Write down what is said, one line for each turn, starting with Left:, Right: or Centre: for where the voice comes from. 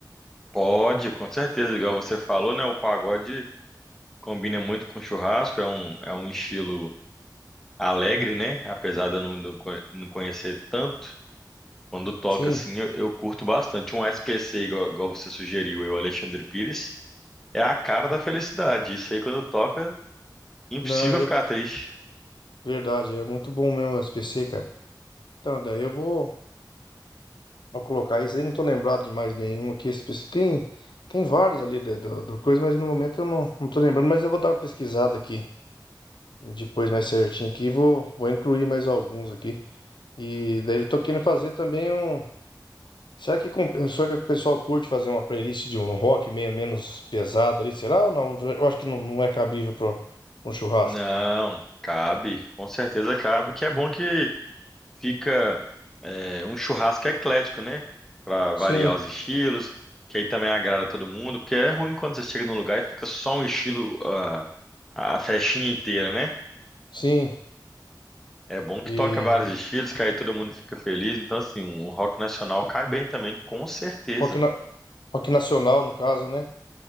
Centre: Pode, com certeza, igual você falou, né? O pagode combina muito com churrasco, é um, é um estilo alegre, né? Apesar de eu não, não co- não conhecer tanto, quando toca
Left: Sim.
Centre: assim, eu, eu curto bastante. Um SPC, igual, igual você sugeriu, eu, Alexandre Pires, é a cara da felicidade. Isso aí, quando toca, impossível
Left: Não, é
Centre: ficar triste.
Left: verdade, é muito bom mesmo o SPC, cara. Então, daí eu vou, vou colocar isso aí, não tô lembrado de mais nenhum aqui. SPC tem, tem vários ali da- do, do coisa, mas no momento eu não, não tô lembrando, mas eu vou dar uma pesquisada aqui depois mais certinho aqui, vou, vou incluir mais alguns aqui. E daí eu tô querendo fazer também um. Será que, com, será que o pessoal curte fazer uma playlist de um rock meio menos pesado ali? Será ou não? Eu acho que não, não é cabível para um churrasco.
Centre: Não, cabe, com certeza cabe, que é bom que fica é, um churrasco eclético, né? Pra variar
Left: Sim,
Centre: os estilos, que aí também agrada todo mundo, porque é ruim quando você chega num lugar e fica só um estilo. ah, A festinha inteira, né?
Left: sim.
Centre: É bom
Left: e
Centre: que toca vários estilos, que aí todo mundo fica feliz. Então, assim, um rock nacional cai bem também, com certeza.
Left: Rock, na- rock nacional, no caso, né?